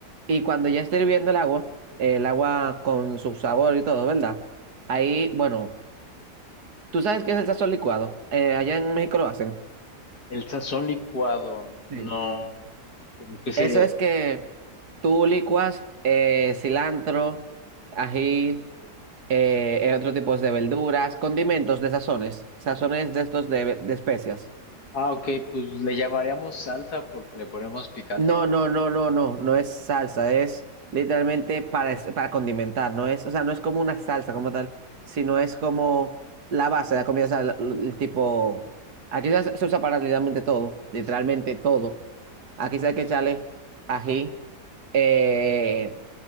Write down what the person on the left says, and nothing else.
el sazón licuado.
No. ¿Cómo que sería?
Como
Ah, ok, pues le llamaríamos salsa porque le ponemos picante.